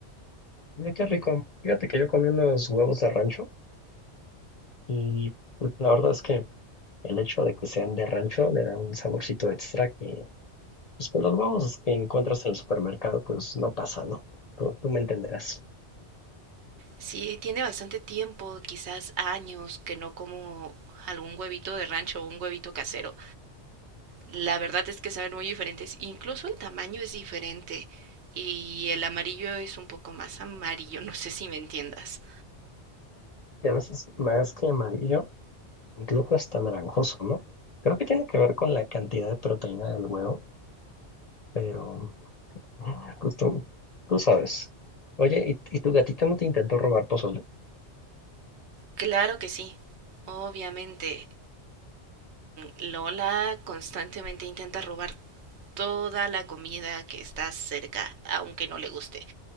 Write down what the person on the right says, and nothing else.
Sí, tiene bastante tiempo, quizás años, que no como algún huevito de rancho o un huevito casero. La verdad es que saben muy diferentes, incluso el tamaño es diferente y el amarillo es un poco más amarillo, <laughs> no sé si me entiendas.
Claro que sí, obviamente. Lola constantemente intenta robar toda la comida que está cerca, aunque no le guste.